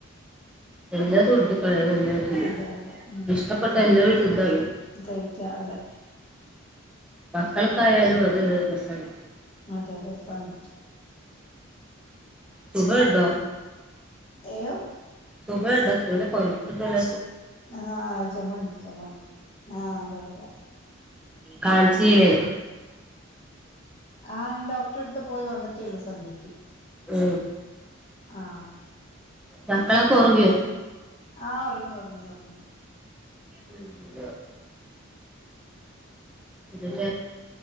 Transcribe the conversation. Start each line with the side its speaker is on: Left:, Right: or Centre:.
Centre: എന്താ ണ്ട് ക എല്ലാത്തിും
Left: അതെ അതെ ഉം
Centre: ഇഷ്ടപ്പെട്ട എല്ലാവരും തിന്ന
Left: കഴിക്കാ അതെ
Centre: മക്കൾക്കായാലും അത് രസമാണ
Left: അതെ രസമാണ്
Centre: ശുഭ എണ്ട
Left: ഏയോ
Centre: ശുഭ എണ്ട കോല്ല
Left: ആഹ് ചുമണ്ട് ചുമണ്ട് ആഹ അതെ അതെ
Centre: കാണിച്ചിലെ
Left: ആഹ് ഞാൻോക്ടറെ എടുത്ത് പോയി വന്നിട്ടേള്ളു സന്ധ്യയ്ക്ക്
Centre: ഉ
Left: ആഹ
Centre: മക്കളൊക്കെ ഉറുങ്ങിയോ
Left: ആഹ് ഉറങ്ങി ഉറങ്ങി ഉറങ്ങി
Centre: ഉം <inaudible> <inaudible> ഇട്ട